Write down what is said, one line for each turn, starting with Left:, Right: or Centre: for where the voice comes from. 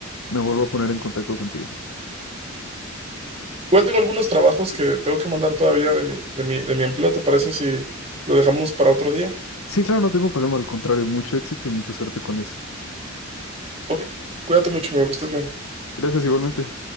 Left: me vuelvo a poner en contacto contigo.
Right: Igual tengo algunos trabajos que tengo que mandar todavía de mi, de mi, de mi empleo. ¿Te parece si lo dejamos para otro día?
Left: Sí, claro, no tengo problema, al contrario, mucho éxito y mucha suerte con eso.
Right: Ok, cuídate mucho, amigo, que estés bien.
Left: Gracias igualmente.